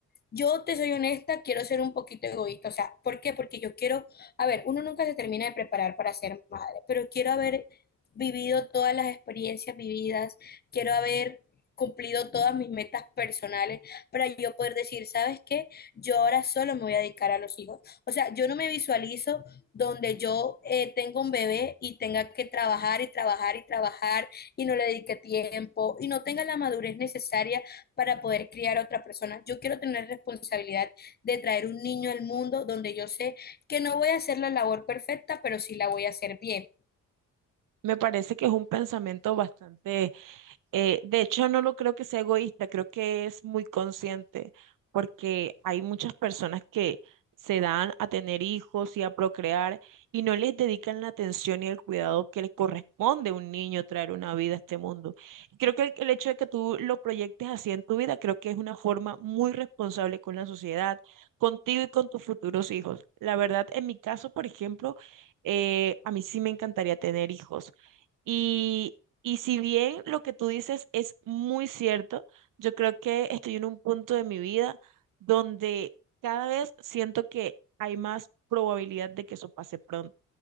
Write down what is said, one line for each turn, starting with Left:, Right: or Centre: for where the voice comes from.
Left: Yo te soy honesta, quiero ser un poquito egoísta. O sea, ¿por qué? Porque yo quiero, a ver, uno nunca se termina de preparar para ser madre, pero quiero haber vivido todas las experiencias vividas, quiero haber cumplido todas mis metas personales para yo poder decir, ¿sabes qué? Yo ahora solo me voy a dedicar a los hijos. O sea, yo no me visualizo donde yo eh, tengo un bebé y tenga que trabajar y trabajar y trabajar y no le dedique tiempo y no tenga la madurez necesaria para poder criar a otra persona. Yo quiero tener responsabilidad de traer un niño al mundo donde yo sé que no voy a hacer la labor perfecta, pero sí la voy a hacer bien.
Right: Me parece que es un pensamiento bastante Eh, de hecho, no lo creo que sea egoísta, creo que es muy consciente, porque hay muchas personas que se dan a tener hijos y a procrear y no les dedican la atención y el cuidado que le corresponde a un niño traer una vida a este mundo. Y creo que el, el hecho de que tú lo proyectes así en tu vida, creo que es una forma muy responsable con la sociedad, contigo y con tus futuros hijos. La verdad, en mi caso, por ejemplo, eh, a mí sí me encantaría tener hijos. Y, y si bien lo que tú dices es muy cierto, yo creo que estoy en un punto de mi vida donde cada vez siento que hay más probabilidad de que eso pase pronto.